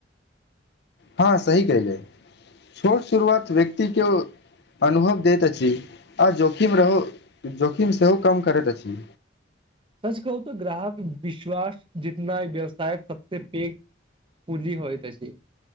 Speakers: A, on the left; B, on the right.
A: हँ सही कयलै छोट शुरुआत व्यक्तिके अनुभव दैत अछि आ जोखिम रहू जोखिम सेहो कम करैत अछि
B: सच कहू तऽ ग्राहक विश्वास जितना व्यवसायक सबस पैघ पूंजी होइ त